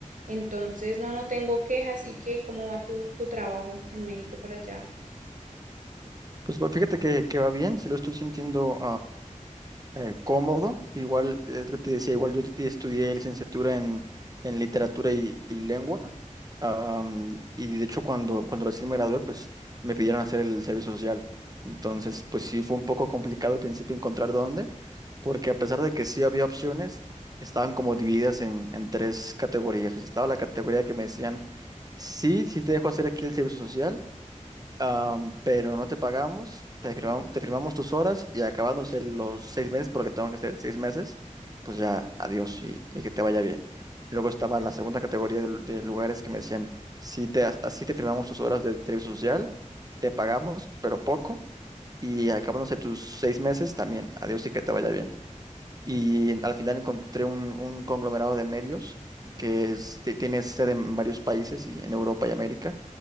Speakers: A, on the right; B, on the right.
A: Entonces, no, no tengo quejas. ¿Y qué? ¿Cómo va tu, tu trabajo en México por allá?
B: Pues bueno, fíjate que, que va bien, sí lo estoy sintiendo, eh, cómodo. Igual, eh, te decía, igual yo estudié licenciatura en, en literatura y, y lengua. am, y de hecho, cuando, cuando recién me gradué, pues me pidieron hacer el servicio social. Entonces, pues sí, fue un poco complicado al principio encontrar dónde, porque a pesar de que sí había opciones, estaban como divididas en, en tres categorías. O sea, estaba la categoría que me decían, sí, sí te dejo hacer aquí el servicio social am, pero no te pagamos, te firmamos, te firmamos tus horas y acabándose los seis meses, porque tengo que ser seis meses, pues ya, adiós y, y que te vaya bien. Luego estaba la segunda categoría de, de lugares que me decían, sí te, as- así te firmamos tus horas de servicio social, te pagamos, pero poco, y acabándose tus seis meses también, adiós y que te vaya bien. Y al final encontré un, un conglomerado de medios que es- ti- tiene sede en varios países y en Europa y América,